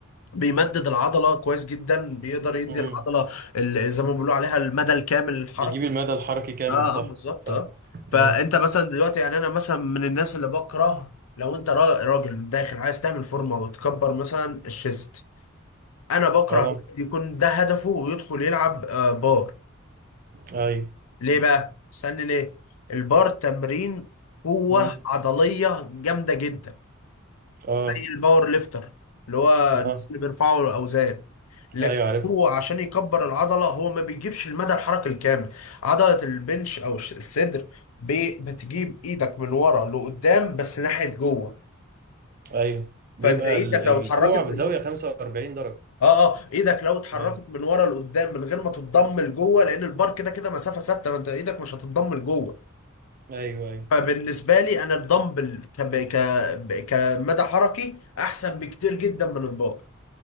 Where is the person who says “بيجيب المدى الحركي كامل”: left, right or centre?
Right